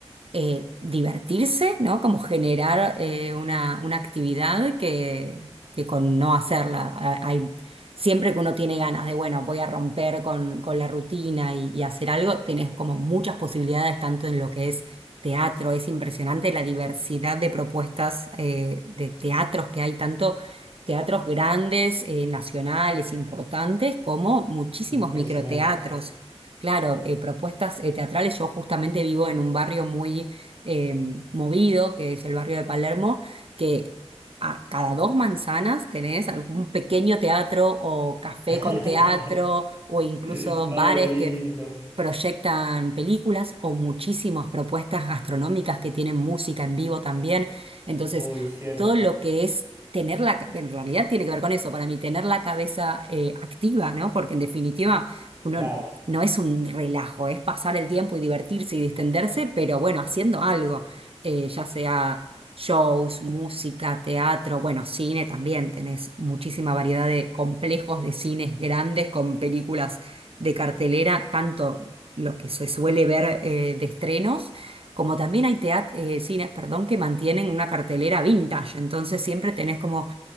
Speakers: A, on the right (about 60°); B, on the right (about 20°).
A: eh, divertirse, ¿no? Como generar eh, una, una actividad que, que con no hacerla. a- Hay, siempre que uno tiene ganas de, bueno, voy a romper con, con la rutina y, y hacer algo, tenés como muchas posibilidades, tanto en lo que es teatro, es impresionante la diversidad de propuestas eh, de teatros que hay, tanto teatros grandes, eh, nacionales, importantes, como muchísimos
B: Impresionante.
A: microteatros. Claro, eh, propuestas eh, teatrales. Yo justamente vivo en un barrio muy eh, movido, que es el barrio de Palermo, que a cada dos manzanas tenés algún pequeño teatro o café
B: <laughs>
A: con teatro o incluso
B: No,
A: bares
B: qué lindo.
A: que proyectan películas o muchísimas propuestas gastronómicas que tienen música en vivo también. Entonces,
B: Uy, cierto.
A: todo lo que es... Tener la, ca- en realidad tiene que ver con eso, para mí, tener la cabeza eh, activa, ¿no? Porque en definitiva, uno
B: Claro.
A: no es un relajo, es pasar el tiempo y divertirse y distenderse, pero bueno, haciendo algo, eh, ya sea shows, música, teatro, bueno, cine también, tenés muchísima variedad de complejos de cines grandes con películas de cartelera, tanto lo que se suele ver eh, de estrenos. Como también hay teat- eh, cines, perdón, que mantienen una cartelera vintage, entonces siempre tenés como